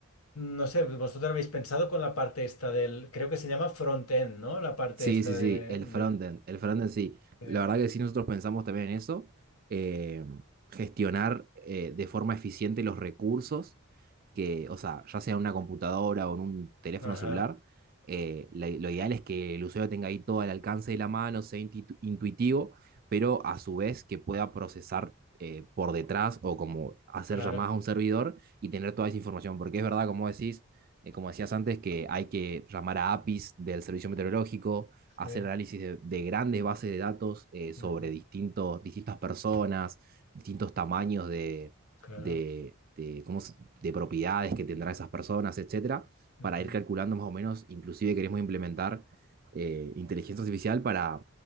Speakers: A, on the left; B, on the right.
A: No sé, vosotros habéis pensado con la parte esta del, creo que se llama front-end, ¿no? La parte
B: Sí,
A: esta
B: sí,
A: de,
B: sí. El
A: de-
B: frontend. El frontend sí.
A: de-
B: La verdad que sí, nosotros pensamos también en eso. eh, gestionar eh, de forma eficiente los recursos que, o sea, ya sea en una computadora o en un teléfono
A: Ajá,
B: celular, eh, la- lo ideal es que el usuario tenga ahí todo al alcance de la mano, sea intu- intuitivo, pero a su vez que pueda procesar eh, por detrás o como hacer
A: claro,
B: llamadas a un servidor y tener toda esa información, porque es verdad, como decís, eh, como decías antes, que hay que llamar a APIs del servicio meteorológico, hacer
A: sí,
B: análisis de, de grandes bases de datos eh, sobre
A: ujú,
B: distintos, distintas personas, distintos tamaños de
A: claro,
B: de, de, cómo de propiedades que tendrán esas personas, etcétera,
A: ujú,
B: para ir calculando más o menos, inclusive queremos implementar eh, inteligencia artificial para,